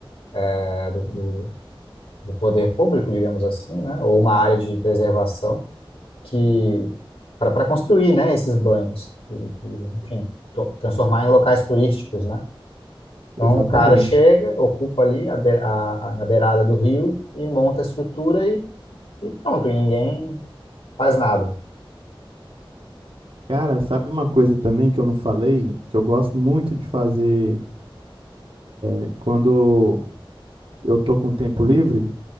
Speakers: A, on the left (about 85°); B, on the right (about 70°).
A: é, do, do do poder público, digamos assim, né? Ou uma área de preservação. que para construir, né, esses banhos e, e, enfim, to- transformar em locais turísticos, né? Então
B: Exatamente.
A: o cara chega, ocupa ali a, be- a- a- na beirada do rio e monta a estrutura e, e pronto, e ninguém faz nada.
B: Cara, sabe uma coisa também que eu não falei, que eu gosto muito de fazer é, quando eu tô com tempo livre?